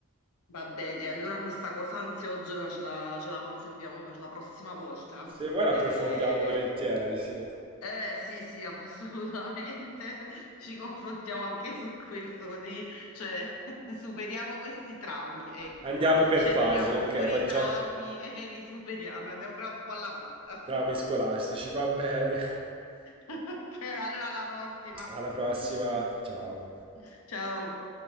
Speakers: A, on the left; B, on the right.
A: va bene. Allora questa cosa ansiogena ce la, ce la conserviamo per la prossima volta.
B: Se vuoi l'approfondiamo
A: Eh,
B: volentieri, sì.
A: Eh sì, sì, assolutamente. <laughs> Ci confrontiamo anche su questo, così, cioè, <laughs> superiamo questi traumi, ecco.
B: Andiamo per
A: Cioè,
B: fasi,
A: tiriamo
B: ok,
A: fuori
B: facciamo
A: i traumi <laughs> e li superiamo, andiamo però un po' alla volta.
B: traumi
A: <laughs>
B: scolastici, va bene.
A: Ok, allora alla prossima.
B: Alla prossima,
A: <laughs>
B: ciao.
A: Ciao.